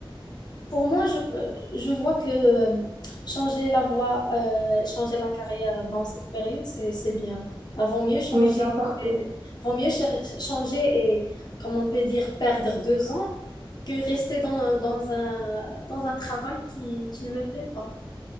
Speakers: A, on the left (about 50°); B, on the right (about 70°).
A: Pour moi, je, euh, je vois que euh, changer la voie, euh, changer la carrière dans cette période, c'est, c'est bien. Ah, vaut mieux changer,
B: Oui, c'est encore tôt.
A: vaut mieux cher- changer et, comme on peut dire, perdre deux ans que rester dans, dans un, dans un travail qui, qui ne me plaît pas.